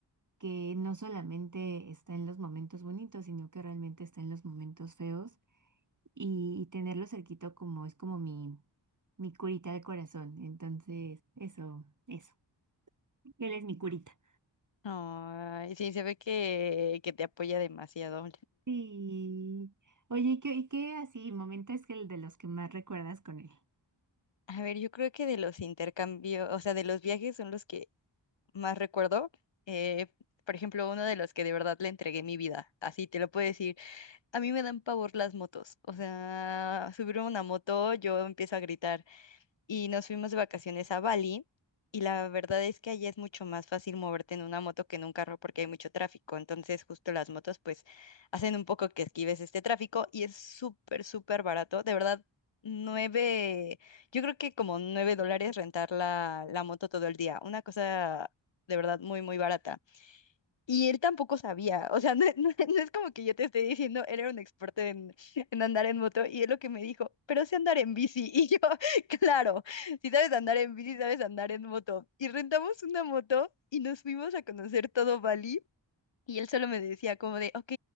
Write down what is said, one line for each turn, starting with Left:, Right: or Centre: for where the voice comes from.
Right: que no solamente está en los momentos bonitos, sino que realmente está en los momentos feos y, y tenerlo cerquito como es como mi, mi curita del corazón. Entonces, eso, eso. Él es mi curita.
Left: Ay, sí, se ve que, que te apoya demasiado.
Right: Sí. Oye, ¿y qué, y qué así momentos que el de los que más recuerdas con él?
Left: A ver, yo creo que de los intercambios, o sea, de los viajes son los que más recuerdo. Eh, por ejemplo, uno de los que de verdad le entregué mi vida, así te lo puedo decir. A mí me dan pavor las motos, o sea, subirme a una moto, yo empiezo a gritar. y nos fuimos de vacaciones a Bali y la verdad es que allá es mucho más fácil moverte en una moto que en un carro porque hay mucho tráfico, entonces justo las motos pues hacen un poco que esquives este tráfico y es súper, súper barato, de verdad, nueve, yo creo que como nueve dólares rentar la, la moto todo el día, una cosa de verdad muy, muy barata. Y él tampoco sabía, o sea, no, no- <laughs> no es como que yo te esté diciendo, él era un experto en, en andar en moto y él lo que me dijo, pero sé andar en bici. Y yo, <laughs> claro, si sabes andar en bici, sabes andar en moto. Y rentamos una moto y nos fuimos a conocer todo Bali y él solo me decía como de, ok,